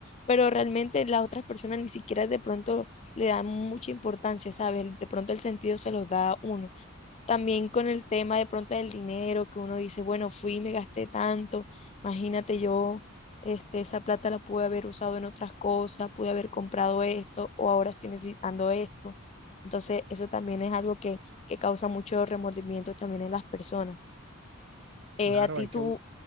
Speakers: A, on the left; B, on the right.
A: Pero realmente las otras personas ni siquiera de pronto le dan mucha importancia, ¿sabes? De pronto el sentido se los da a uno. También con el tema de pronto del dinero, que uno dice, bueno, fui y me gasté tanto, imagínate yo. Este, esa plata la pude haber usado en otras cosas, pude haber comprado esto o ahora estoy necesitando esto. Entonces, eso también es algo que, que causa mucho remordimiento también en las personas. Eh,
B: Claro,
A: a ti
B: hay
A: tú,
B: que,